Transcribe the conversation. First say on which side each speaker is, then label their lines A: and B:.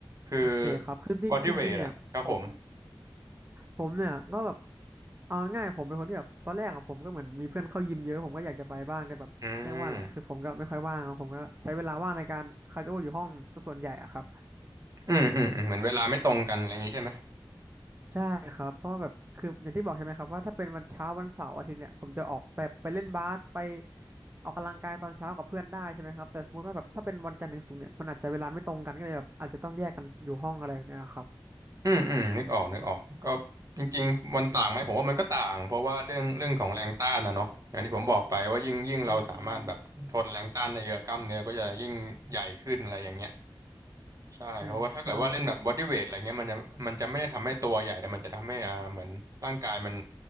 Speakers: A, on the right (about 40°); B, on the right (about 25°).
A: คือ
B: โอเคครับคือจริงจริงๆเนี่ยผม
A: บอดี้เวทอะครับผม
B: ผมเนี่ยก็แบบเอาง่ายๆผมเป็นคนที่แบบตอนแรกอะผมก็เหมือนมีเพื่อนเข้ายิมเยอะผมก็อยากจะไปบ้างแต่แบบเรียกว่าอะไรคือผมก็ไม่ค่อยว่างอะผมก็ใช้เวลาว่างในการคาร์ดิโออยู่ห้องซะส่วนใหญ่อะครับ
A: อืมอืมอืมอืมเหมือนเวลาไม่ตรงกันอะไรอย่างนี้ใช่ไหม
B: ใช่ครับเพราะว่าแบบคืออย่างที่บอกใช่ไหมครับว่าถ้าเป็นวันเช้าวันเสาร์อาทิตย์เนี่ยผมจะออกแบบไปเล่นบาสไปออกกำลังกายตอนเช้ากับเพื่อนได้ใช่ไหมครับแต่สมมติว่าแบบถ้าเป็นวันจันทร์ถึงศุกร์เนี่ยมันอาจจะเวลาไม่ตรงกันก็เลยแบบอาจจะต้องแยกกันอยู่ห้องอะไรเนี่ยครับ
A: อืมอืมนึกออกนึกออกก็จริงๆมันต่างไหมผมว่ามันก็ต่างเพราะว่าเรื่องเรื่องของแรงต้านนะเนาะอย่างที่ผมบอกไปว่ายิ่งยิ่งเราสามารถแบบทนแรงต้านได้เยอะกล้ามเนื้อก็จะยิ่งใหญ่ขึ้นอะไรอย่างเงี้ย
B: อืม
A: ใช่เพราะว่าถ้าเกิดว่าเล่นแบบบอดี้เวทอะไรเงี้ยมันจะมันจะไม่ได้ทำให้ตัวใหญ่แต่มันจะทำให้อ่าเหมือนร่างกายมัน
B: อืมใช่ครับ